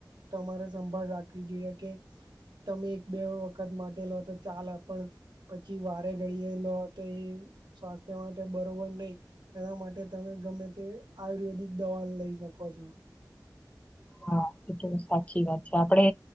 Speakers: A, on the right; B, on the left.
A: તમારે સંભાળ રાખવી જોઈએ કે તમે એક બે વખત માટેલો તો ચાલે પણ પછી વારે ઘડીએ લો તો એ સ્વાસ્થ્ય માટે બરોબર નહી. એના માટે તમે ગમે તે આયુર્વેદિક દવા લઈ શકો છો.
B: હા એ તો સાચી વાત છે આપડે